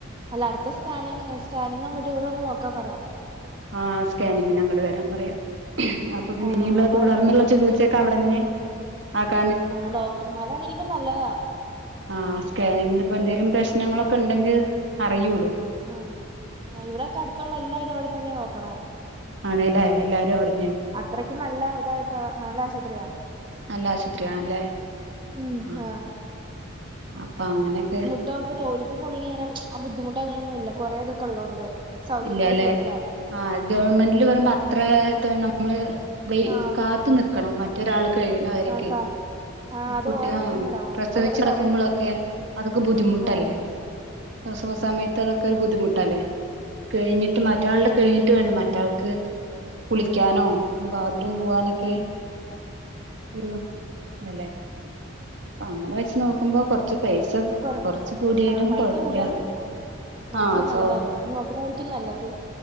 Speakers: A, on the right (about 25°); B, on the right (about 60°).
A: അല്ല അടുത്ത സ്കാനി സ്കാനിങ് ആവുമ്പോട്ട് ഇവിടെ വന്ന് നോക്കാൻ പറ
B: ആ സ്കാനിങ്ങിന് അങ്ങട്ട് വരാൻ പറയാം അപ്പൊ പിന്നെ
A: ആഹ്
B: ഇനി ഉള്ള
A: അപ്പൊ
B: തുടർന്നുള്ള ചികി ത്സയൊക്കവിടന്നെ ആ ക
A: ആഹ് ഡോക്ടർമാരാണെങ്കിലും നല്ലതാ
B: ആഹ് സ്കാനിങ്ങിന്റെ ഇപ്പ എന്തേങ്കിലും പ്രശ്നങ്ങളൊക്കെ ഉണ്ടെങ്കിൽ അറിയുല്ലോ
A: ആ ഹ്ആഹ് ഇവിടെക്കെ അടുത്തുള്ള എല്ലാവരും അവിടെ തന്നെ നോക്കണെ
B: ആണല്ലേ എല്ലാരും അവിടെ
A: അത്രയ്ക്കും നല്ല ഇതായിട്ടാ നല്ല ആശുപത്രിയാ
B: നല്ല ആശുപത്രിയാണല്ലേ
A: ഉം
B: ആ
A: ആഹ്
B: അപ്പൊ അങ്ങനെയൊക്കെ
A: ഇപ്പ ടോലറ്റ് പോണമെങ്കി അങ്ങനെ ബുദ്ധിമുട്ടങ്ങനൊന്നും ഇല്ല കുറേതൊക്കെ ഉള്ളോണ്ട് സൗകര്യങ്ങൾ
B: ഇല്ലല്ലെ
A: കൂടുതലാ
B: ആത് ഗവൺമെന്റ്
A: ആഹ്
B: ന്റ് പറയുമ്പോ അത്ര നമ്മള്
A: ആഹ്
B: കാത്ത് നിക്കണം മറ്റൊരാൾ കഴിയുന്നവരൊക്കെ
A: ആഹ് കാ ആഹ് അത്
B: കുട്ടി
A: ഒരെണ്ണക്കല്ലേ
B: ആ
A: ഉണ്ടാവുള്ളൂ
B: പ്രസവിച്ച്
A: ഇപ്പൊ ഇവിടെ
B: കിടക്കുമ്പോഴൊക്കെ
A: കൊറേണ്ട്
B: അതൊക്കെ ബുദ്ധിമുട്ടല്ലേ
A: ആഹ്
B: പ്രസവ സമയത്ത് അതൊക്കെ ഒരു ബുദ്ധിമുട്ടല്ലേ കഴിഞ്ഞിട്ട് മറ്റയാളുള്ള
A: ആഹ്
B: കഴിഞ്ഞിട്ട് വേണം മറ്റാൾക്ക് കുളിക്കാനോ ബാത്റൂം പോവാനൊക്കെ ഒരു ഇതല്ലേ അപ്പ അങ്ങനെ വെച്ച് നോക്കുമ്പോ കുറച്ച് പൈസ
A: കൊല
B: കുറച്ച് കൂടിയാലും
A: ആഹ് പൈസ
B: കുഴപ്പമില്ല
A: കൂടിയാലും നമുക്ക്
B: ആഹ്
A: നല്ലതാലോ
B: സൗകര്യ
A: നോക്കണായിരിക്കും നല്ലത്